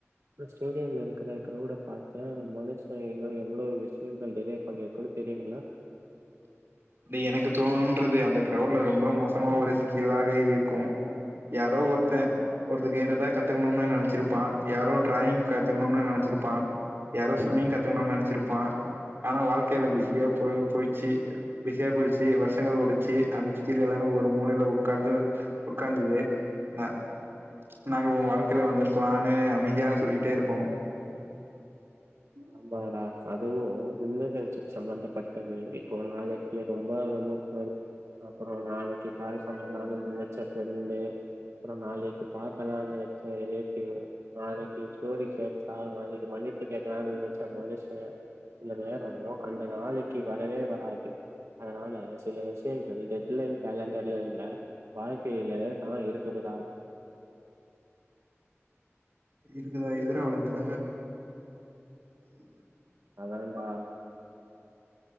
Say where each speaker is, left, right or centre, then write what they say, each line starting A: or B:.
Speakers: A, on the right; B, on the right.
A: அப்ரோ ஸ்டேடியம்ல இருக்கிற கிரௌட பாத்தா மனுஷன் இன்னு எவ்வளோ விஷயங்கள் டிலே பண்ணிருக்குனு தெரியுங்களா
B: நீ எனக்கு தோணும் ன்றது அந்த கிரவுட்ல ரொம்ப மோசமா ஒரு கீழாக இருக்கும் யாரோ ஒருத்தே ஒருத்த கேக்றதா கத்துக்கணும்னு நினைச்சிருப்ப ப்பான் யாரோ டிராயிங் கத்துக்கணும்னு நினச்சிருப்பான் யாரோ சுவிம்மிங் கத்துக்கனும் நினச்சிருப்பா ப்பான் ஆனா வாழ்க்கையில பிஸியா போய போயிச்சு பிஸியா போயிருச்சு வருஷங்கள் ஓடிச்சு அந்த சீரியல் எல்லாமே ஒரு மூலையில உட்கார்ந்து உட்கார்ந்துருவே நா நாங்க உன் வாழ்க்கையில வந்திருக்கலான்னு அமைதியா சொல்லிட்டே இருப்போ
A: ஆமாடா அதுவு இன்டர்சன்ஷிப் சம்பந்தபட்டது இப்போ நாளைக்கு ரொம்ப ரொம்போ அப்புறோ நாளைக்கு கால் பண்ணலா முடிச்ச ஃபிரண்டு அப்றோ நாளைக்கு பாக்கலாம்னு நெனச்ச ரிலேட்டிவ் நாளைக்கு ஸ்டோரி கேட்டா நாளைக்கு மன்னிப்பு கெட்டதா நினச்ச மனுஷன் சில நேரோ அந்த நாளைக்கு வரவே வராது அதனால சில விஷயங்கள் டெத்லைன் காலண்டர்ல இல்ல வாழ்க்கையில தா இருக்குதுடா
B: இருக்குதா எதிரா வளந்துற ம்
A: அதான்டா